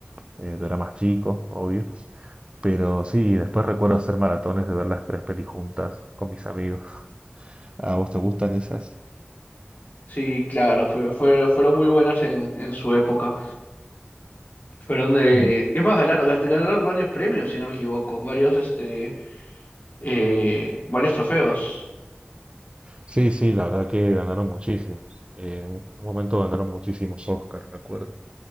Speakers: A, on the right; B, on the left.
A: eh, yo era más chico, obvio. Pero sí, después recuerdo hacer maratones de ver las tres pelis juntas con mis amigos. ¿A vos te gustan esas?
B: Sí, claro, fue- fue- fueron muy buenas en, en su época. Fueron de...
A: Mm.
B: Es más, ganaron, gast- ganaron varios premios, si no me equivoco. Varios, este, eh, varios trofeos.
A: Sí, sí, la verdad que ganaron muchísimos. Eh, en un momento ganaron muchísimos Oscar, me acuerdo.